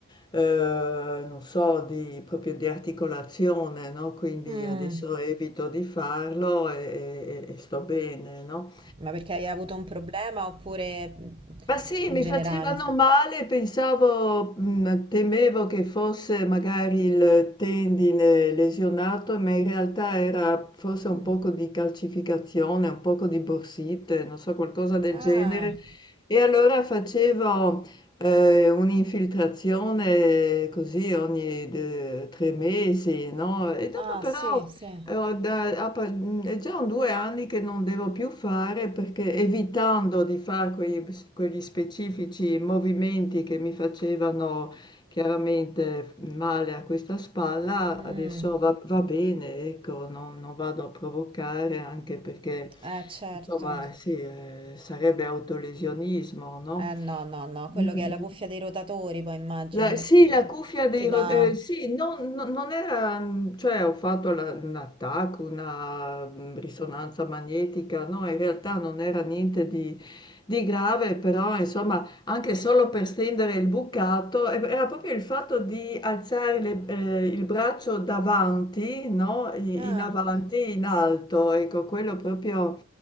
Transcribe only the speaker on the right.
Mm.
Ma perché hai avuto un problema oppure mh,
in
generale?
sa-
Mm.
Ah,
ah,
sì, sì.
Mm.
Eh, certo.
Eh, no, no, no, quello
che è la cuffia dei rotatori, poi immagino
che mm,
ti dà...
Ah,